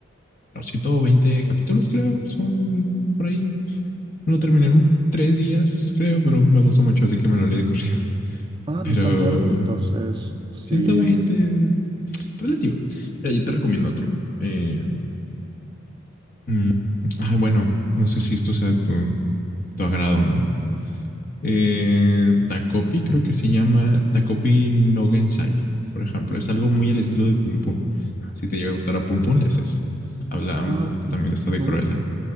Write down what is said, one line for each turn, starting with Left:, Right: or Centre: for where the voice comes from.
Left: bueno, 120 capítulos, creo, son por ahí. Me lo terminé en un- tres días, creo, pero me gustó mucho, así que me lo leí de corrida. <laughs>
Right: Ah,
Left: Pero
Right: no es tan largo entonces. Sí.
Left: ciento veinte, relativo. Mira, yo te recomiendo otro. Eh, mm, ay, bueno, no sé si esto sea tu, tu agrado, o ¿no? Eh, Takopi, creo que se llama Takopi no Gensai, por ejemplo. Es algo muy al estilo de Pum Pum. Si te llega a gustar a Pum Pum, le haces. Habla un
Right: Ah,
Left: poquito también de esta
Right: nu-
Left: de Cruella,